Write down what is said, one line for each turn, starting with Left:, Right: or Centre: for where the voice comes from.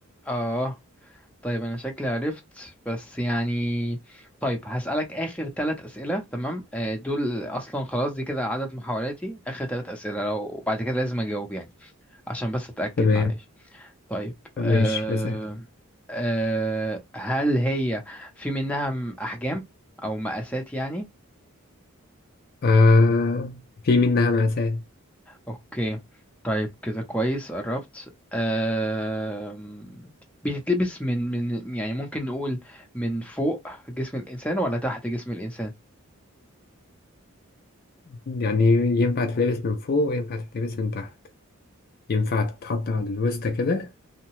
Centre: اه طيب انا شكلي عرفت بس يعني طيب هسألك آخر ثلاث أسئلة تمام آه، دول أصلا خلاص دي كده عدد محاولاتي آخر ثلاث أسئلة لو وبعد كده لازم أجاوب يعني عشان بس أتأكد
Left: تمام
Centre: معلش طيب
Left: ماشي
Centre: أه
Left: اسأل
Centre: أه هل هي في منها م- أحجام أو مقاسات يعني؟
Left: آه في منها مقاسات
Centre: أوكي طيب كده كويس قربت أه بتتلبس من من يعني ممكن نقول من فوق جسم الإنسان ولا تحت جسم الإنسان؟
Left: يعني ينفع تتلبس من فوق وينفع تتلبس من تحت ينفع تتحط على الوسطى كده